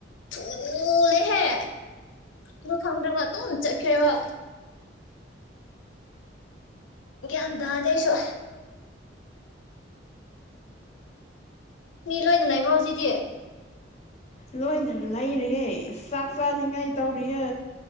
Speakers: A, on the left; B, on the left.
A: ꯊꯨꯂꯦꯍꯦ ꯂꯨꯡ ꯈꯪꯗ ꯀ ꯇꯨꯡ ꯆꯠꯈꯔꯦꯕ ꯒꯌ꯭ꯥꯟ ꯇꯥꯗꯦ ꯑꯩꯁꯨ ꯃꯤ ꯂꯣꯏꯅ ꯂꯩꯕ꯭ꯔꯣ ꯍꯧꯖꯤꯗꯤ
B: ꯂꯣꯏꯅ ꯂꯩꯔꯤꯌꯦ ꯆꯥꯛ ꯆꯥꯅꯤꯡꯉꯥꯏ ꯇꯧꯔꯤꯌꯦ